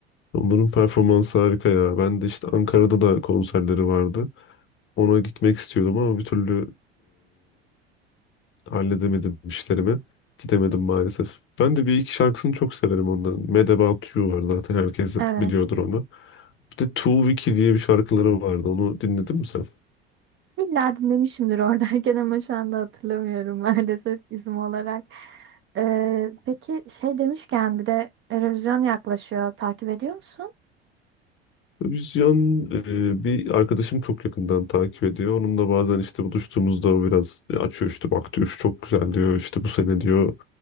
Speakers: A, on the left; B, on the right.
A: Onların performansı harika ya. Ben de işte Ankara'da da konserleri vardı. Ona gitmek istiyordum ama bir türlü Halledemedim işlerimi. Gidemedim maalesef. Ben de bir iki şarkısını çok severim onların. Mad About You var zaten herkes
B: Evet.
A: biliyordur onu. Bir de Too Wiki diye bir şarkıları vardı. Onu dinledin mi sen?
B: İlla dinlemişimdir <laughs> oradayken ama şu anda hatırlamıyorum <laughs> maalesef isim olarak. Ee, peki şey demişken bir de Eurovision yaklaşıyor. Takip ediyor musun?
A: Vizyon bir arkadaşım çok yakından takip ediyor. Onunla bazen işte buluştuğumuzda o biraz açıyor işte baktı üç çok güzel diyor. işte bu sene diyor